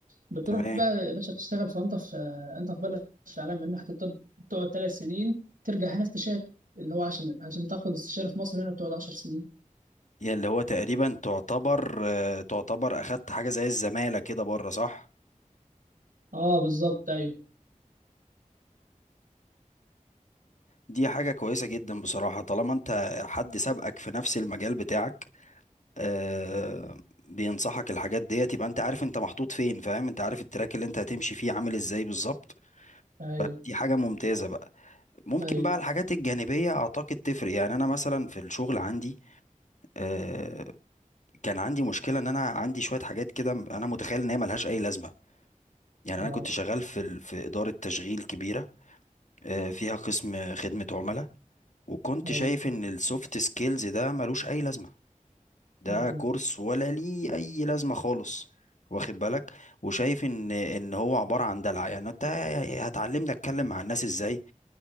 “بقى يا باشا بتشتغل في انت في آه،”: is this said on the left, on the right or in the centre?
Right